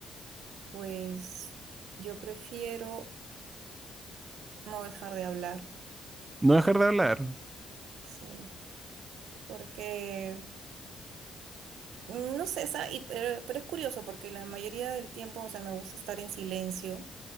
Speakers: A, on the right; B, on the right.
A: Pues yo prefiero no dejar de hablar,
B: no dejar de hablar.
A: sí, porque, mm, no sé, sa- y- pero, pero es curioso porque la mayoría del tiempo, o sea, me gusta estar en silencio.